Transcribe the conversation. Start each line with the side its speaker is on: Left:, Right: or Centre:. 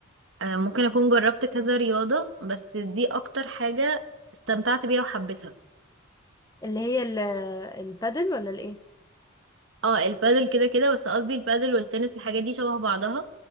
Right: آه، ممكن أكون جربت كذا رياضة بس دي أكتر حاجة استمتعت بيها وحبيتها
Left: اللي هي ال- البادل ولا الايه
Right: اه البادل كده كده بس قصدي البادل والتنس الحاجات دي شبه بعضها